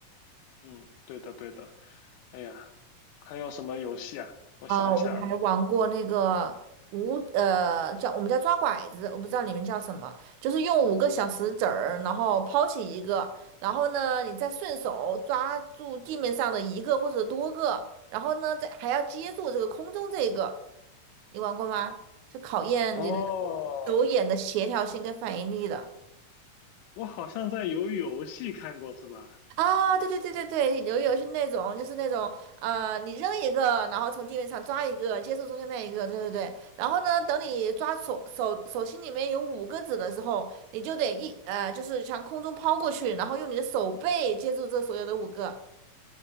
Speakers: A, on the left; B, on the right.
A: 嗯，对的对的。哎呀，还有什么游戏啊？我想一想啊，
B: 啊、我还玩过那个五呃叫我们叫抓拐子，我不知道你们叫什么，就是用五个小石子儿，然后抛起一个，然后呢你再顺手抓住地面上的一个或者多个，然后呢再还要接住这个空中这个，你玩过吗？就考验你的
A: 哦。
B: 手眼的协调性跟反应力的。
A: 我好像在鱿鱼游戏看过，是吧？
B: 啊，对对对对对，游游是那种，就是那种，呃，你扔一个，然后从地面上抓一个，接住中间那一个，对对对。然后呢，等你抓手手手心里面有五个子的时候，你就得一呃，就是向空中抛过去，然后用你的手背接住这所有的五个。